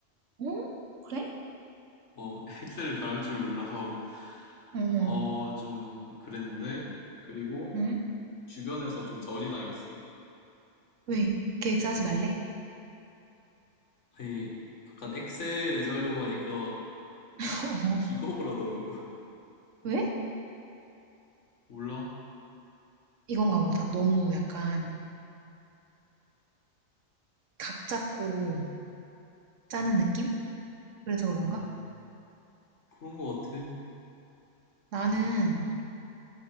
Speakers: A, on the right; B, on the left.
A: 어? 그래?
B: 어, <laughs> 엑셀을 다룰 줄을 몰라서
A: 응, 응.
B: 어, 좀 그랬는데 그리고
A: 응?
B: 주변에서 좀 저지당했어.
A: 왜? 계획 짜지 말래?
B: 아니, 약간 엑셀 예제 하려고 하니까
A: <laughs>
B: 기겁을 하더라고. <laughs>
A: 왜?
B: 몰라?
A: 이건가 보다. 너무 약간 각 잡고 짜는 느낌? 그래서 그런가?
B: 음, 그런 거 같아.
A: 나는